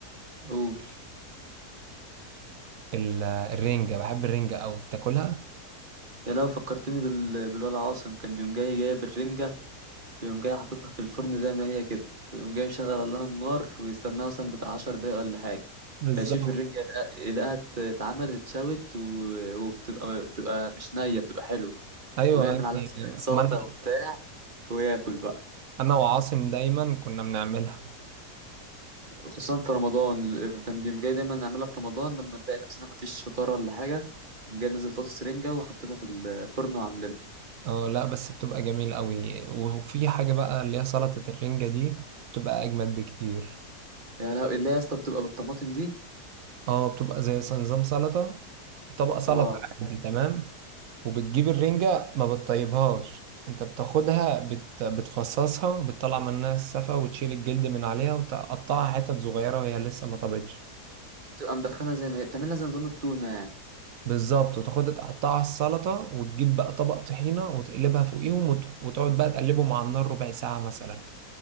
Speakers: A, on the right; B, on the right.
A: قول
B: ال- الرنجة بحب الرنجة قوي بتاكلها
A: يا لو فكرتني بال... بالولا عاصم كان بيقوم جاي جايب الرنجة ويقوم جاي حاططها في الفرن زي ما هي كده ويقوم جاي مشغل لها النار ويستناها مثلا بتاع عشر دقايق ولا حاجة
B: بالظبط
A: فيشوف الرنجة يلقى- يلاقيها ات- اتعملت اتشوت و... وبتبقى بتبقى مش نية بتبقى حلوة
B: ايوه
A: ويعمل
B: يعني
A: عليها شوية سلطة
B: ما انا
A: وبتاع وياكل بقى
B: انا وعاصم دايما كنا بنعملها
A: خصوصا في رمضان وكان بيقوم جاي دايما نعملها في رمضان لما نلاقي نفسنا مفيش فطار ولا حاجة يقوم جاي نازل طاسة رنجة وحطيتها في الفرن وعاملينها
B: اه لا بس بتبقى جميلة قوي وفي حاجة بقى اللي هي سلطة الرنجة دي بتبقى أجمد بكتير
A: يا لهوي اللي هي يا اسطى بتبقى بالطماطم دي
B: اه بتبقى زي نظام سلطة طبق سلطة
A: اه
B: عادي تمام وبتجيب الرنجة ما بتطيبهاش انت بتاخدها بت... بتفصصها بتطلع منها السفة وتشيل الجلد من عليها وتقطعها حتت صغيرة وهي لسه ما طابتش
A: بتبقى مدخنة زي ما هي بتعملها زي نظام التونة يعني
B: بالظبط وتاخدها تقطعها على السلطة وتجيب بقى طبق طحينة وتقلبها فوقيهم وت... وتقعد بقى تقلبهم على النار ربع ساعة مثلا